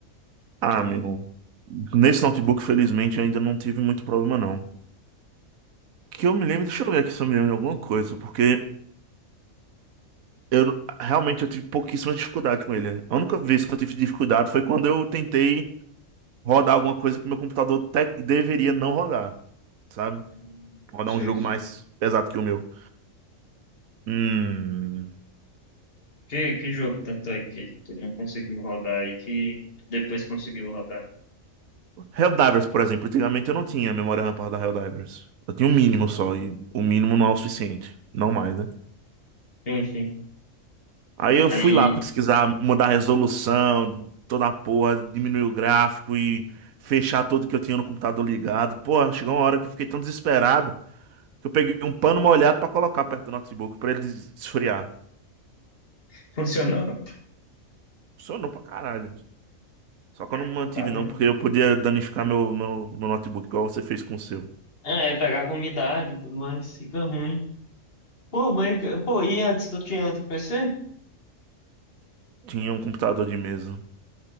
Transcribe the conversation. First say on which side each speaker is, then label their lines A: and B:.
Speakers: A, on the right; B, on the left.
A: Ah, amigo, nesse notebook, felizmente, eu ainda não tive muito problema, não. Que eu me lembro, deixa eu ver aqui se eu me lembro de alguma coisa, porque eu realmente eu tive pouquíssima dificuldade com ele. A única vez que eu tive dificuldade foi quando eu tentei rodar alguma coisa que meu computador tec- deveria não rodar, sabe?
B: Hum,
A: Rodar
B: Sei,
A: um jogo
B: sei.
A: mais pesado que o meu. Hum.
B: Que, que jogo tanto é que tu não conseguiu rodar aí que tu depois conseguiu rodar.
A: Helldivers, por exemplo, antigamente eu não tinha memória RAM para da Helldivers. Eu tinha um mínimo só, e o mínimo não é o suficiente, não mais, né?
B: Enfim,
A: Aí eu
B: aí
A: fui lá pesquisar, mudar a resolução, toda a porra, diminuir o gráfico e fechar tudo que eu tinha no computador ligado. Porra, chegou uma hora que eu fiquei tão desesperado que eu peguei um pano molhado pra colocar perto do notebook pra ele des- esfriar.
B: <laughs> funcionou.
A: Funcionou pra caralho. Só que
B: Ah,
A: eu não
B: então
A: mantive
B: tá vendo.
A: não, porque eu podia danificar meu, meu, meu notebook, igual você fez com o seu.
B: É, é pegar com umidade e tudo mais, fica ruim. Pô, mas, pô, e antes tu tinha outro PC?
A: Tinha um computador de mesa.